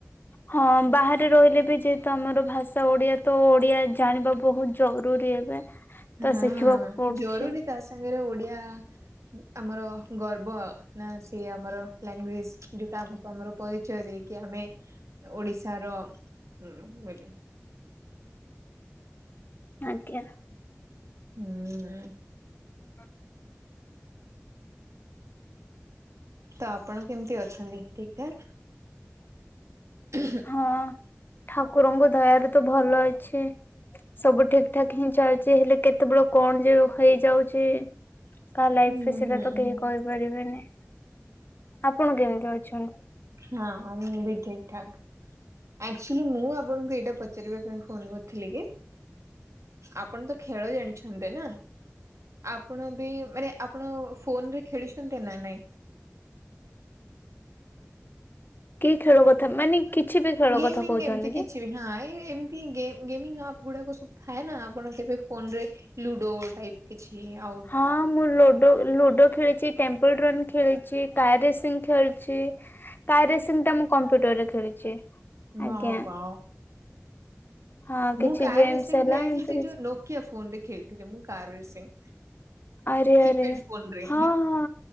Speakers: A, on the left; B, on the right.
A: ହଁ ବାହାରେ ରହିଲେ ବି ଯେହେତୁ, ଆମର ଭାଷା ଓଡ଼ିଆ ତ ଓଡ଼ିଆ ଜାଣିବା ବହୁତ୍ ଜରୁରୀ ଏବେ।
B: ହଁ
A: ତ ଶିଖିବାକୁ ପଡୁଛି
B: ଜରୁରୀ ତା ସାଙ୍ଗରେ ଓଡ଼ିଆ ଆମର ଗର୍ବ। ନା ସିଏ ଆମର ଲାଙ୍ଗୁଏଜ୍ ଯୋଉଟା ଆମକୁ ଆମର ପରିଚୟ ଦେଇ କି ଆମେ ଓଡ଼ିଶାର ବୋଲି।
A: ଆଜ୍ଞା।
B: ହୁଁ।
A: ହଁ <inaudible>
B: ତ ଆପଣ କେମିତି ଅଛନ୍ତି? ଠିକ୍ ଠାକ୍? ହମ୍ <unintelligible>
A: ହଁ ଠାକୁରଙ୍କ ଦୟାରୁ ତ ଭଲ ଅଛି। ସବୁ ଠିକ୍ ଠାକ୍ ହିଁ ଚାଲିଛି। ହେଲେ କେତେବେଳେ କଣ ଯେ ହେଇଯାଉଛି କା ଲାଇଫ୍
B: ହୁଁ
A: ରେ ସେଇଟା
B: ହୁଁ
A: ତ କେହି
B: ହୁଁ।
A: କହିପାରିବେନି। ଆପଣ କେମିତି ଅଛନ୍ତି?
B: ହଁ ହଁ ମୁଁ ବି ଠିକ୍ ଠାକ୍। ଆକ୍ଚିଲି ମୁଁ ଆପଣଙ୍କୁ ଏଇଟା ପଚାରିବା ପାଇଁ ଫୋନ୍ କରିଥିଲି କି ଆପଣ ତ ଖେଳ ଜାଣିଛନ୍ତି ନା? ଆପଣ ବି ମାନେ ଆପଣ ଫୋନ୍ ରେ ଖେଳିଛନ୍ତି ନା ନାଇଁ?
A: କି ଖେଳ କଥା, ମାନେ କିଛି ବି ଖେଳ
B: ଗେମିଙ୍ଗ
A: କଥା କହୁଛନ୍ତି
B: ଏମିତି କିଛି
A: କି?
B: ବି ହଁ ଏଇ ଏମିତି ଗେମ୍ ଗେମିଙ୍ଗ ଆପ୍ ଗୁଡ଼ାକ ସବୁ ଥାଏ ନା, ଆପଣ କେବେ ଫୋନ୍ ରେ ଲୁଡ଼ୋ ଟାଇପ୍। କିଛି ଆପ୍
A: ହଁ ମୁଁ ଲୁଡ଼ୋ, ଲୁଡ଼ୋ ଖେଳିଛି, ଟେମ୍ପଲ୍ ରନ୍ ଖେଳିଛି। କାର ରେସିଂ ଖେଳିଛି କାର୍ ରେସିଂ ଟା ମୁଁ କମ୍ପ୍ୟୁଟର୍ ରେ ଖେଳିଛି। ଆଜ୍ଞା
B: ମାଁ ୱାଓ।
A: ହଁ
B: ମୁଁ
A: କିଛି
B: କାର୍
A: ଗେମ୍ସ
B: ରେସିଂ
A: ହେଲା
B: ଖେଳିଛି
A: ଏମିତି
B: ସେ
A: କିଛି
B: ଯୋଉ ନୋକିଆ ଫୋନ୍ ରେ ଖେଳିଥିଲି ମୁଁ କାର୍ ରେସିଂ।
A: ଆରେ ଆରେ
B: କିପ୍ୟାଡ ଫୋନ ରେ
A: ହଁ ହଁ